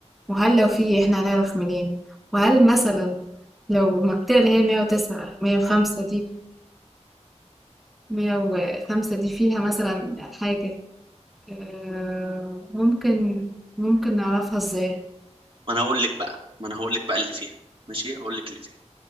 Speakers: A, in the centre; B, on the right.
A: وهل لو في إحنا هنعرف منين؟ وهل مثلا لو المنطقة اللي هي 109 105 دي 105 دي فيها مثلا حاجة آه، ممكن ممكن نعرفها ازاي
B: ما انا هقول لك بقى ما انا هقول لك بقى اللي فيها ماشي هقول لك اللي فيها